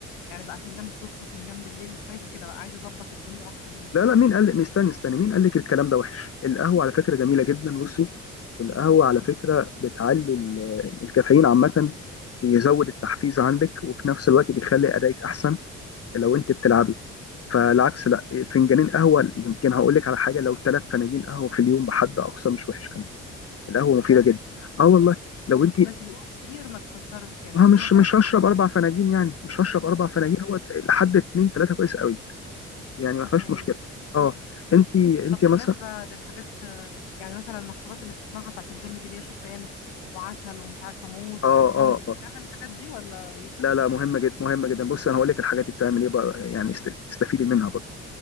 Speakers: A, on the left; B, on the left.
A: يعني بقى فنجان الصبح وفنجان بالليل مش عايزه كده بقى عايزه اظبط الدنيا اكتر من كده
B: لا لا مين قال لك استنى استنى مين قال لك الكلام ده وحش القهوه على فكره جميله جدا بصي القهوه على
A: مم.
B: فكره بتعلي ال- الكافيين عامه بيزود التحفيز عندك وفي نفس الوقت بيخلي ادائك احسن لو انت بتلعبي
A: اه
B: فالعكس لا فنجانين قهوه يمكن هقول لك على حاجه لو ثلاث فناجين قهوه في اليوم بحد اقصى مش وحش كمان القهوه
A: بجد
B: مفيده جدا اه والله لو
A: هو-
B: انت
A: بس بيقولوا كتير ما تكترش يعني
B: ما
A: بيقولوا
B: مش
A: مثلا
B: مش
A: فنجان
B: هشرب
A: واحد
B: اربع فناجين يعني مش هشرب اربع فناجين
A: مم.
B: هو لحد اتنين تلاته كويس قوي يعني ما
A: تمام
B: فيهاش مشكله اه
A: تمام.
B: انت انت
A: طب بالنسبه
B: مثلا
A: للحاجات آه، يعني مثلا المشروبات اللي بتسمعها بتاعت الجيم دي اللي هي شوفان وعسل ومش عارفه موز
B: اه
A: وتمر
B: اه اه
A: بتعمل الحاجات دي ولا ايه
B: لا
A: ولا
B: لا
A: فاكس
B: مهمه جدا مهمه جدا بص انا هقول لك الحاجات اللي بتعمل ايه بقى يعني است- تستفيدي منها برضه